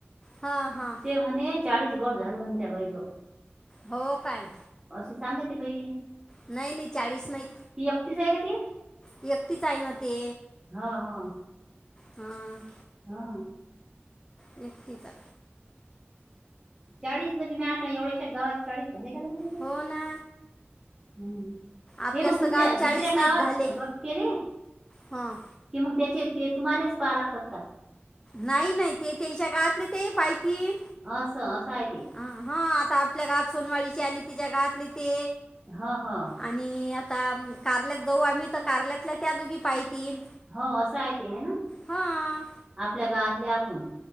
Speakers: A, on the left; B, on the right.
A: हा हा
B: ते म्हणे चाळीस गट झाले म्हणे त्या बाई जो
A: हो काय
B: अशी सांगते बई
A: नाही नाही चाळीस नाही
B: ती अकीच आहे का ती
A: व्यक्तीच आहे ना ते
B: हा हा
A: हम
B: हा
A: व्यक्तीचा
B: चाळीस प म नाही एवढ्याशा गावात चाळीस झाने काला बे
A: हो ना
B: हम्
A: आपल्याच
B: हे मग तुमच्या
A: तर गावात चाळीस
B: दुसऱ्या
A: नाहीत
B: गावात
A: झाले
B: गट केले
A: हां
B: कि मग त्याचे ते तुम्हालाच पाहालातात का
A: नाही नाही ते त्याच्या गातले ते पाहिती
B: असं असं आहे ते
A: ह हा आता आपल्या गवात सोनवाळीची आली तिच्या गातली ते
B: हा हा
A: आणि आता कारल्यात जाऊ आम्ही तर कारल्यातल्या त्या दोघी पाहतील
B: हो असं आहे ते आहे ना
A: हां
B: आपल्या गावातले आपण